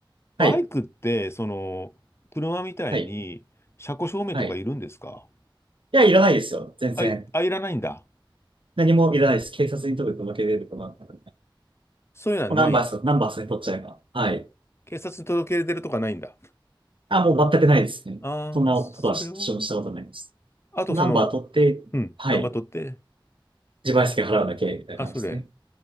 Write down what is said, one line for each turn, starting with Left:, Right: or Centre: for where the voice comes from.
Right: はい、
Left: バイクって、その、車みたいに、
Right: はい、
Left: 車庫証明とかいるんですか
Right: はい。いや、いらないですよ、全然。
Left: あい、あ、いらないんだ。
Right: 何もいらないです。警察に届け届け出るとかなんかね。
Left: そういうのはないんです。
Right: もうナンバーさナンバースに取っちゃえば。はい。
Left: 警察に届け出るとかないんだ。
Right: あ、もう全くないですね。
Left: ああ、
Right: そんなことはし、
Left: それはね。
Right: 私もしたことないです。
Left: あと、
Right: ナンバー取って、
Left: その、うん、
Right: はい。
Left: ナンバー取って。
Right: 自賠責払うだけ、みたいな感じでね。
Left: あ、それ。